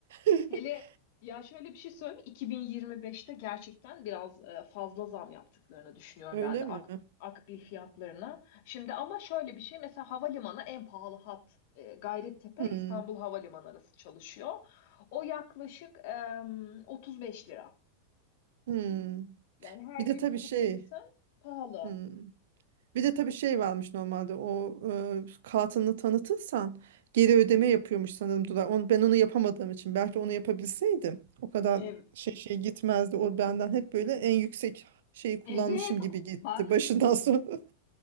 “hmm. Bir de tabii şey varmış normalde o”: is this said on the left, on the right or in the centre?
Right